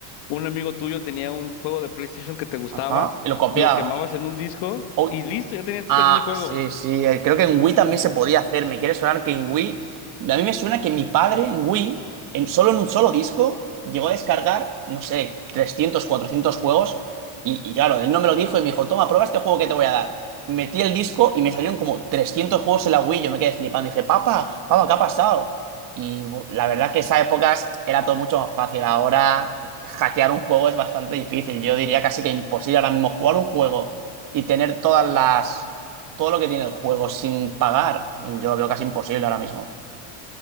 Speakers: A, on the left; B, on the right.
A: un amigo tuyo tenía un juego de PlayStation que te gustaba,
B: Ajá. Y lo copiaba.
A: lo quemabas en un disco
B: Uy,
A: y listo, ya tenías tú
B: Ah,
A: también el juego.
B: sí, sí, eh, creo que en Wii también se podía hacer. Me quiere sonar que en Wii. A mí me suena que mi padre en Wii, en, solo en un solo disco, llegó a descargar, no sé, 300, 400 juegos. Y, y claro, él no me lo dijo y me dijo, toma, prueba este juego que te voy a dar. Metí el disco y me salieron como 300 juegos en la Wii. Yo me quedé flipando. Dije, papá, papá, ¿qué ha pasado? Y bu, la verdad que esas épocas era todo mucho más fácil. Ahora, hackear un juego es bastante difícil. Yo diría casi que imposible ahora mismo jugar un juego y tener todas las todo lo que tiene el juego sin pagar, yo lo veo casi imposible ahora mismo.